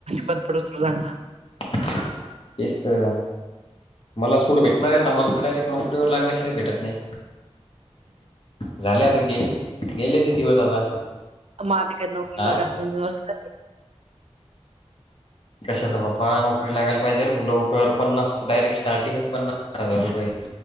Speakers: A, on the right (about 70°); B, on the left (about 55°).
A: बंद पडल चांगला
B: तेच तर मलाच पुढं भेटणार आहे आता मला तर डायरेक्ट नोकरी नोकरी वर लागल्या शिवाय भेटत नाही. झाले आता गेल गेले ते दिवस आता
A: मा काय नकल
B: हा
A: लागय वर्ष. लागले
B: कशाचा बाप्पा नोकरी लागाला पाहिजे भाऊं लवकर पन्नास डायरेक्ट स्टार्टिंगच पन्नास हजार रुपये